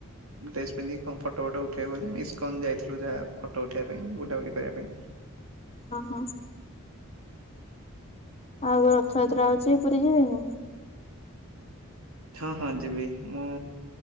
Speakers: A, on the right; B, on the left.
A: ଡ୍ରେସ ପିନ୍ଧି କଣ ଫଟୋ ଫଟ ଉଠେଇବ ବୋଲେ ଇସ୍କନ ଯାଇଥିଲୁ ଯାହା ଫଟୋ ଉଠେଇବା ପାଇଁ ବୁଲାବୁଲି କରିବା ପାଇଁ।
B: ଓହୋ। ଆଉ ଗୋ ରଥଯାତ୍ରା ଆଉଛି ପୁରୀ ଯିବେନି।
A: ହଁ ହଁ ଯିବି ମୁଁ